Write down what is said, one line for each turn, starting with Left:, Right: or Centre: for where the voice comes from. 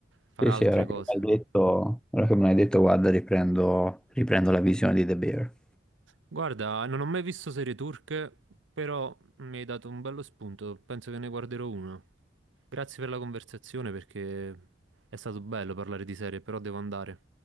Right: Farà
Centre: Sì, sì,
Right: altre
Centre: ora
Right: cose.
Centre: che me l'hai detto, ora che me l'hai detto, guarda, riprendo, riprendo la visione di The Bear.
Right: Guarda, non ho mai visto serie turche, però mi hai dato un bello spunto. Penso che ne guarderò una. Grazie per la conversazione perché è stato bello parlare di serie, però devo andare.